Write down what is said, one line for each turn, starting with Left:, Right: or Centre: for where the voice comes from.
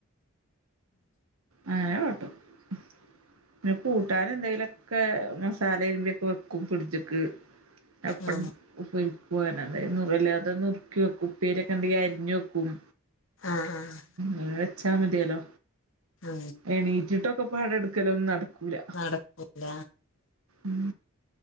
Right: അങ്ങനെ കട്ടും <unintelligible> കുട്ടൻ എന്തെങ്കിലുമൊക്കെ മസാല ഇരുമ്പിയൊക്കെ വെക്കും ഫ്രിഡ്ജക്ക് അപ്പ
Left: ഉം
Right: ഉപ്പേരിക്ക് അതായല്ല അത നുറിക്കി വെക്കും ഉപ്പേരക്കെ ഉണ്ടെങ്കിൽ അരിഞ്ഞ വെക്കും ഉം
Left: ആഹ് ആഹ്
Right: അങ്ങനെ വെച്ചാൽ മതിയല്ലോ
Left: ആ
Right: എണീറ്റിട്ടൊക്കെ പാണി എടുക്കല്ല ഒന്ന നടക്കൂല
Left: നടക്കൂല
Right: ഉം